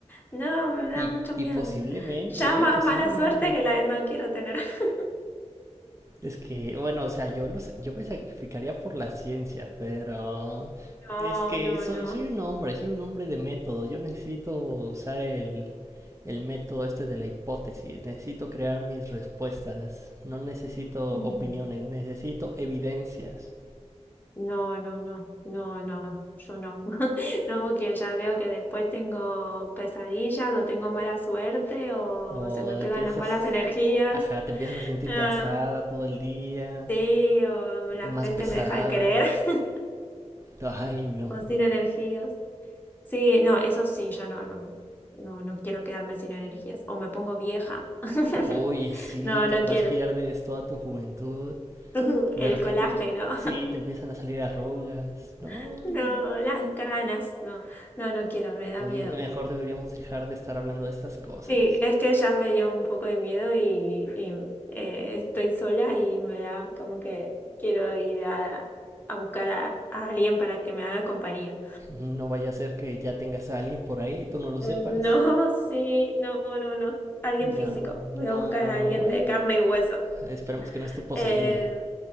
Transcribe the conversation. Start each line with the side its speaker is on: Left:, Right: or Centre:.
Left: No, me da
Right: Y,
Left: mucho miedo.
Right: y posiblemente,
Left: Ya más
Right: ¿eh? Posiblemente.
Left: mala suerte que la no quiero tener. <laughs>
Right: Es que, bueno, o sea, yo, los, yo me sacrificaría por la ciencia, pero
Left: No,
Right: es que soy,
Left: no,
Right: soy un hombre, soy un hombre de método. Yo necesito usar el, el método este de la hipótesis. Necesito crear mis respuestas. No necesito
Left: no.
Right: opiniones, necesito evidencias.
Left: No, no, no, no, no, yo no. <laughs> No, porque ya veo que después tengo pesadillas o tengo mala suerte o
Right: O
Left: se me pegan
Right: empiezas,
Left: las malas energías.
Right: ajá, te empiezas a sentir
Left: Ah,
Right: cansada todo el día,
Left: sí, o la
Right: más
Left: gente
Right: pesada.
Left: me deja de querer <laughs>
Right: Ay, no.
Left: o sin energías. Sí, no, eso sí, ya no, no, no, no quiero quedarme sin energías o me pongo vieja. <laughs>
Right: Oye, sí,
Left: No, no
Right: capaz
Left: quiero.
Right: pierdes toda tu juventud.
Left: <laughs>
Right: De
Left: El
Right: repente,
Left: colágeno,
Right: sí, te empiezan a salir arrugas. No,
Left: <laughs> no,
Right: no, no.
Left: las canas, no, no, no quiero, me da
Right: Oye,
Left: miedo.
Right: mejor deberíamos dejar de estar hablando de estas cosas.
Left: Sí, es que ya me dio un poco de miedo y, y, eh, estoy sola y me da como que quiero ir a, a buscar a, a alguien para que me haga compañía.
Right: No vaya a ser que ya tengas a alguien por ahí y tú no lo
Left: No,
Right: sepas.
Left: <laughs> sí, no, no, no, alguien
Right: No,
Left: físico. Voy
Right: no,
Left: a buscar
Right: no,
Left: a alguien
Right: bueno.
Left: de carne y hueso.
Right: Esperemos que no esté poseído.
Left: Eh,